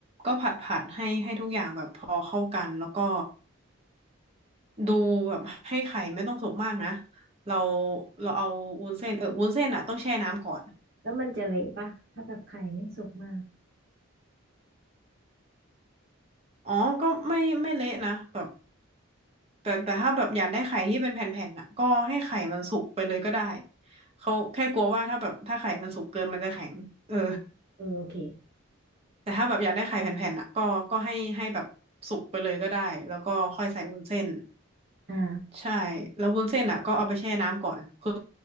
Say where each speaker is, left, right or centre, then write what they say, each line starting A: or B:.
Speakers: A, on the right; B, on the right.
A: ก็ผัดผัดให้ให้ทุกอย่างแบบพอเข้ากันแล้วก็ ดูแบบให้ไข่ไม่ต้องสุกมากนะเราเราเอาวุ้นเส้นเออวุ้นเส้นอ่ะต้องแช่น้ำก่อน
B: แล้วมันจะเละปะถ้าแบบไข่ไม่สุกมาก
A: อ๋อก็ไม่ไม่เละนะแบบแต่แต่ถ้าแบบอยากได้ไข่ที่เป็นแผ่นๆน่ะก็ให้ไข่มันสุกไปเลยก็ได้เขาแค่กลัวว่าถ้าแบบถ้าไข่มันสุกเกินมันจะแข็งเออ
B: เออโอเค
A: <laughs> แต่ถ้าแบบอยากได้ไข่แผ่นๆน่ะก็ก็ให้ให้แบบสุกไปเลยก็ได้แล้วก็ค่อยใส่วุ้นเส้น
B: อ่า
A: ใช่แล้ววุ้นเส้นอ่ะก็เอาไปแช่น้ำก่อนคือ